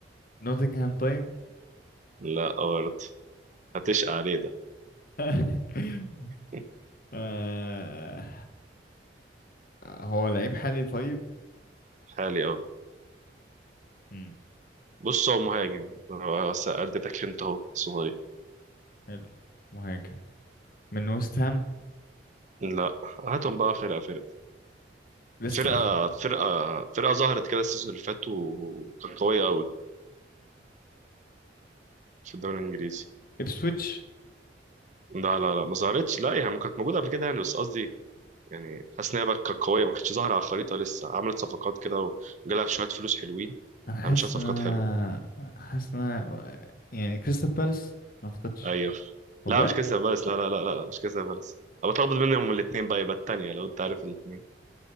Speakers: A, on the left; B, on the right.
A: نوتنغهام طيب
B: لا برضه هتشقى عليه ده
A: <laughs>
B: <laughs>
A: آه هو لعيب حالي طيب
B: حالي اه
A: مم.
B: بص هو مهاجم هو بس اديتك انت اهو صغير
A: حلو مهاجم من ويست هام
B: لا هاتهم بقى فرقة فرقة
A: ليستر
B: فرقة فرقة فرقة ظهرت كده السيزون اللي فات وكانت قوية قوي في الدوري الانجليزي
A: ipswich
B: لا لا لا ما ظهرتش لا يعني كانت موجودة قبل كده يعني بس قصدي يعني حاسس ان هي بقى كانت قوية ما كانتش ظاهرة على الخريطة لسه عملت صفقات كده وجالها شوية فلوس حلوين
A: انا حاسس
B: عملت شوية صفقات
A: ان انا
B: حلوة
A: حاسس ان انا يعني كريستال بالاس ما اعتقدش
B: ايوه
A: والله
B: لا مش كريستال بالاس لا لا لا لا لا، مش كريستال بالاس انا بتلخبط بينهم الاثنين بقى يبقى الثانيه لو انت عارف الاثنين